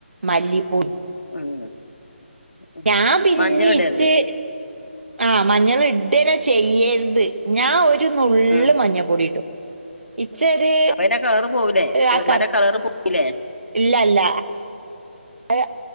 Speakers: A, on the right; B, on the left.
A: മല്ലിപ്പൊടിയും
B: ഉം ഉം
A: ഞാൻ പിന്നെ
B: മഞ്ഞള് ഇടരുത്
A: ഇച്ച് ആ മഞ്ഞൾ ഇടന്നെ ചെയ്യരുത് ഞാൻ ഒരു നുള്ള്
B: ഉം
A: മഞ്ഞപ്പൊടി ഇടും ഇച്ചരു
B: അപ്പൊ അയിന്റെ കളറ് പോവൂലേ കുറുമന്റെ
A: ആ കറ
B: കളറ് പോവൂലേ
A: ഇല്ല ഇല്ല അത്